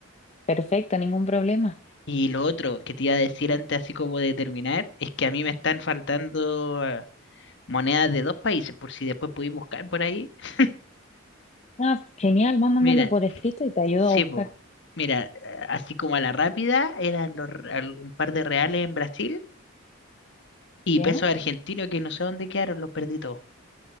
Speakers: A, on the left; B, on the left.
A: Perfecto, ningún problema.
B: Y lo otro que te iba a decir antes, así como de terminar, es que a mí me están faltando eh, monedas de dos países, por si después podéis buscar por ahí. <laughs>
A: Ah, genial, mándamelo
B: Mira,
A: por escrito y te ayudo
B: sí,
A: a buscar.
B: po. Mira, eh, así como a la rápida, eran los, r- al- un par de reales en Brasil y
A: ¿Ya?
B: pesos argentinos que no sé dónde quedaron, los perdí todos.